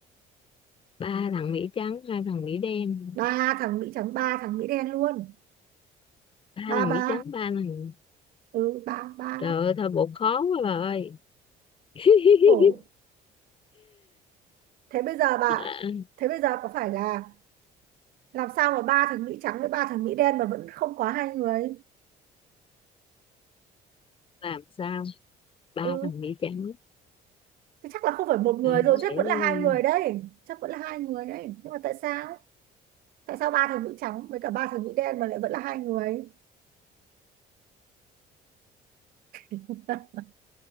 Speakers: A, on the left; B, on the right.
A: ba thằng Mỹ trắng hai thằng Mỹ đen
B: ba thằng Mỹ trắng ba thằng Mỹ đen luôn
A: ba
B: ba
A: thằng
B: ba
A: Mỹ trắng ba thằng
B: ừ ba ba
A: trời ơi thôi bộ khó quá bà ơi <laughs>
B: khổ thế bây giờ bà
A: À,
B: thế bây giờ có phải là làm sao mà ba thằng Mỹ trắng với ba thằng Mỹ đen mà vẫn không quá hai người
A: làm sao ba
B: ừ
A: thằng Mỹ trắng
B: Thế chắc là không phải một người
A: ba thằng
B: rồi, chắc vẫn là hai
A: Mỹ
B: người đấy. Chắc vẫn là hai người đấy. Nhưng mà tại sao? Tại sao ba thằng nữ trắng với cả ba thằng nữ đen mà lại vẫn là hai người? <laughs>